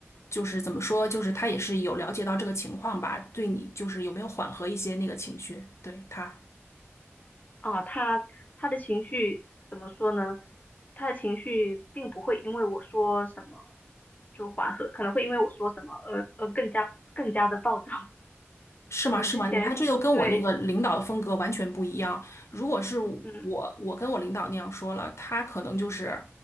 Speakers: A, on the left (about 80°); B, on the left (about 35°).
A: 就是怎么说，就是他也是有了解到这个情况吧，对你就是有没有缓和一些那个情绪，对他。
B: 啊。他他的情绪怎么说呢？他的情绪并不会因为我说什么就缓和，可能会因为我说什么而而更加更加的暴躁。<laughs>
A: 是吗？
B: 我之前对，
A: 是吗？你看，这就跟我那个领导的风格完全不一样。如果是我，
B: 嗯
A: 我跟我领导那样说了，他可能就是，